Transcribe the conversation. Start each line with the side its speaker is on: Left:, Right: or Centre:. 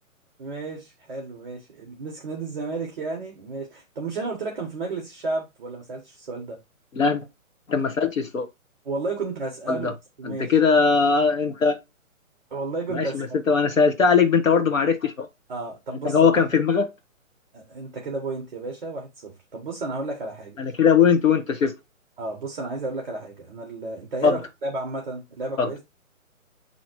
Centre: ماشي حلو ماشي مسك نادي الزمالك يعني ماشي طب مش انا قلت لك كان في مجلس الشعب ولا ما سألتش السؤال ده
Left: لا انت ما سالتش السؤال
Centre: والله كنت هسأله
Left: ده
Centre: بس ماشي
Left: انت كده انت
Centre: والله كنت
Left: ماشي
Centre: هسأله
Left: بس انت انا سألتها عليك انت برضه ما عرفتش اهو
Centre: اه طب
Left: انت
Centre: بص
Left: هو
Centre: انا
Left: كان
Centre: هقول
Left: في
Centre: لك
Left: دماغك
Centre: انت كده بوينت يا باشا واحد صفر طب بص انا هقول لك على حاجة
Left: انا كده بوينت وانت صفر
Centre: اه بص انا عايز اقول لك على حاجة انا ال... انت ايه
Left: اتفضل
Centre: رأيك في اللعبة عامة اللعبة كويسة
Left: اتفضل